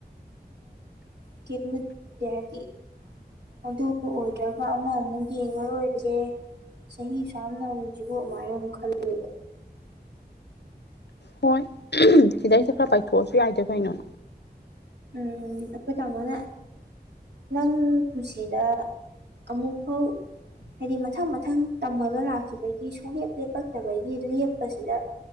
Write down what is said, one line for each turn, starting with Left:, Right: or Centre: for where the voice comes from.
Right: ꯀꯗꯤ <inaudible> ꯑꯗꯨꯕꯨ ꯑꯣꯏꯗ꯭ꯔꯒ ꯑꯃ ꯑꯃꯨꯛ ꯌꯦꯡꯉ ꯂꯣꯏꯔꯦꯁꯦ ꯆꯍꯤ ꯁꯨꯛꯌꯥꯝ ꯅꯧꯔꯤꯁꯤꯕꯨ ꯑꯗꯨꯃꯥꯏꯅ ꯑꯃꯨꯛ ꯈꯜꯂꯦꯕ
Left: ꯍꯣꯏ ꯁꯤꯗꯩꯁꯤꯗ ꯈꯔ ꯄꯥꯏꯊꯣꯛꯑꯁꯨ ꯌꯥꯏꯗ ꯀꯩꯅꯣ
Right: ꯎꯝ ꯑꯈꯣꯏ ꯇꯥꯃꯣꯅ ꯅꯪ ꯄꯨꯟꯁꯤꯗ ꯑꯃꯨꯛꯐꯥꯎ ꯍꯥꯏꯗꯤ ꯃꯊꯪ ꯃꯊꯪ ꯇꯝꯃꯒ ꯂꯥꯛꯈꯤꯕꯒꯤ ꯁꯨꯡꯂꯦꯞ ꯂꯦꯞꯂꯛꯇꯕꯒꯤ ꯂꯦꯞꯄꯁꯤꯗ